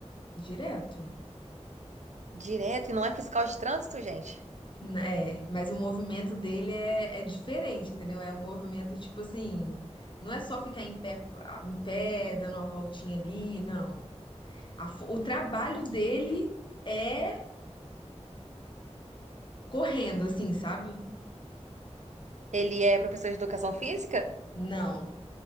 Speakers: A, on the left (about 45°); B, on the right (about 85°).
A: direto.
B: Direto, e não é fiscal de trânsito, gente.
A: N- É, mas o movimento dele é, é diferente, entendeu? É um movimento tipo assim, não é só ficar em pé, a- em pé, dando uma voltinha ali, não. A fo- o trabalho dele é correndo, assim, sabe?
B: Ele é professor de educação física?
A: Não.